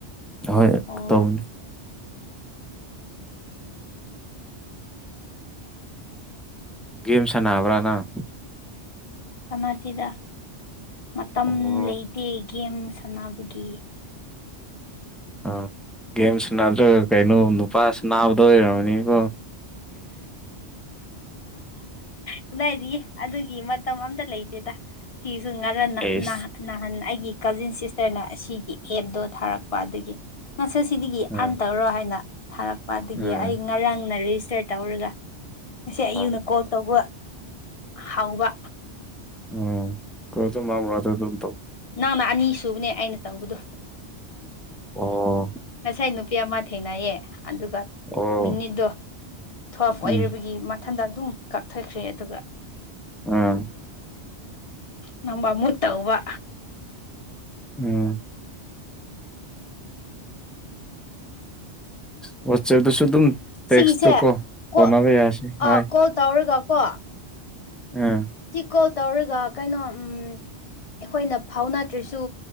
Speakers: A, in the centre; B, on the left.
A: ꯍꯣꯏ
B: ꯑꯣ
A: ꯇꯧꯕꯅꯤ ꯒꯦꯝ ꯁꯥꯟꯅꯕ꯭ꯔꯥ ꯅꯪ
B: ꯁꯥꯟꯅꯁꯤꯗ ꯃꯇꯝ
A: ꯑꯣ
B: ꯂꯩꯇꯦ ꯒꯦꯝꯁ ꯁꯥꯟꯅꯕꯒꯤ
A: ꯑꯥ ꯒꯦꯝꯁꯨ ꯗ꯭ꯔꯒ ꯀꯩꯅꯣ ꯅꯨꯄꯥ ꯁ꯭ꯅꯥꯕꯗ ꯑꯣꯏꯔꯝꯃꯅꯤꯀꯣ
B: ꯀꯗꯥꯏꯗꯤ ꯑꯗꯨꯒꯤ ꯃꯇꯝ ꯑꯇ ꯂꯩꯇꯦꯗ ꯁꯤ ꯉꯔ ꯅ
A: ꯑꯩꯁ
B: ꯅ ꯅꯍꯥꯟ ꯑꯩꯒꯤ ꯀꯖꯤꯟ ꯁꯤꯁꯇꯔꯅ ꯑꯁꯤꯒꯤ ꯑꯦꯞꯗꯣ ꯊꯥꯔꯛꯄ ꯑꯗꯒꯤ ꯉꯁ ꯁꯤꯗꯒꯤ
A: ꯑꯥ
B: ꯑꯟ ꯇꯧꯔꯣ ꯍꯥꯏꯅ ꯊꯥꯔꯛꯄꯗꯒꯤ
A: ꯑꯥ
B: ꯑꯩ ꯉꯔꯥꯡꯅ ꯔꯦꯖꯤꯁꯇꯔ ꯇꯧꯔꯒ ꯉꯁꯤ ꯑꯌꯨꯛꯅ
A: ꯑꯥ
B: ꯀꯣꯜ ꯇꯧꯕ ꯍꯧꯎꯕ
A: ꯑ ꯀꯣꯁꯨ ꯃꯥꯃ ꯇ ꯑꯗꯨ ꯇ
B: ꯅꯅꯥꯃ ꯑꯅꯤ ꯁꯨꯕꯅꯦ ꯑꯩꯅ ꯇꯧꯕꯗꯣ
A: ꯑꯣ
B: ꯉꯁꯥꯏ ꯅꯨꯞ ꯄꯤꯑꯃ ꯊꯦꯡꯅꯩꯌꯦ ꯑꯗꯨꯒ
A: ꯑꯣ
B: ꯃꯤꯅꯤꯗꯣ ꯊꯦꯜꯐ
A: ꯎꯝ
B: ꯑꯣꯏꯔꯕꯒꯤ ꯃꯊꯟꯗ ꯑꯗꯨꯝ ꯀꯛꯊꯈ꯭ꯔꯦ ꯑꯗꯨꯒ
A: ꯑꯝ
B: ꯅꯝꯕ ꯃꯨ ꯇꯥꯎꯕ
A: ꯎꯝ ꯋꯆꯦꯗ ꯁꯨ ꯑꯗꯨꯝ ꯇꯦꯛꯁꯇꯣ
B: ꯁꯤꯒꯤꯁꯦ
A: ꯀꯣ
B: ꯀꯣ
A: ꯐꯥꯎꯅꯕ ꯌꯥꯁꯦ
B: ꯑꯥ
A: ꯍꯣꯏ
B: ꯀꯣꯜ ꯇꯧꯔꯒꯀꯣ
A: ꯎꯝ
B: ꯀꯣꯜ ꯇꯧꯔꯒ ꯀꯩꯅꯣ ꯑꯩꯈꯣꯏꯅ ꯐꯥꯎꯅꯗ꯭ꯔꯁꯨ